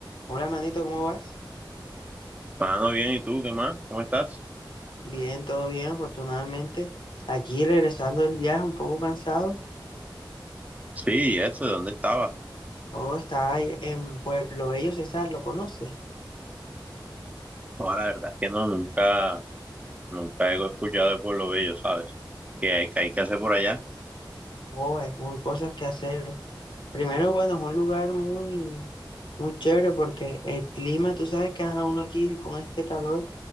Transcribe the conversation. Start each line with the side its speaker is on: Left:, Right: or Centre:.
Left: Hola, manito, ¿cómo vas?
Right: Mano, bien, ¿y tú qué más? ¿Cómo estás?
Left: Bien, todo bien, afortunadamente. Aquí regresando del viaje, un poco cansado.
Right: Sí, eso, ¿de dónde estabas?
Left: Oh, está ahí en Pueblo Bello, César, ¿lo conoces?
Right: Ahora, la verdad es que no, nunca, nunca he escuchado de Pueblo Bello, ¿sabes? ¿Qué hay, qué hay que hacer por allá?
Left: Oh, hay muy cosas que hacer. Primero, bueno, es un lugar muy, muy chévere porque el clima, tú sabes que ajá, uno aquí con este calor,